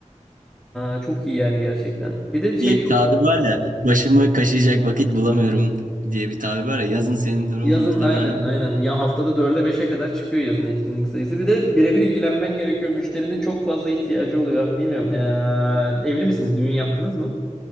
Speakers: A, in the centre; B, on the right.
A: e, çok iyi yani gerçekten. Bir de şey
B: Bir tabir var ya, başımı kaşıyacak vakit bulamıyorum diye bir tabir var ya. Yazın senin durumun
A: Yazın
B: muhtemelen
A: aynen aynen ya haftada dörde beşe kadar çıkıyor yazın etkinlik sayısı. Bir de birebir ilgilenmen gerekiyor. Müşterinin çok fazla ihtiyacı oluyor. Bilmiyorum eee, evli misiniz? Düğün yaptınız mı?